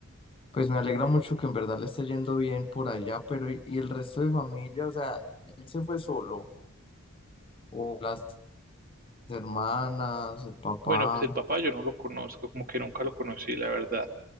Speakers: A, on the left; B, on the right.
A: Pues me alegra mucho que en verdad le esté yendo bien por allá, pero ¿y, y el resto de familia? O sea, él se fue solo, o las hermanas, el papá.
B: Bueno, pues el papá yo no lo conozco, como que nunca lo conocí, la verdad.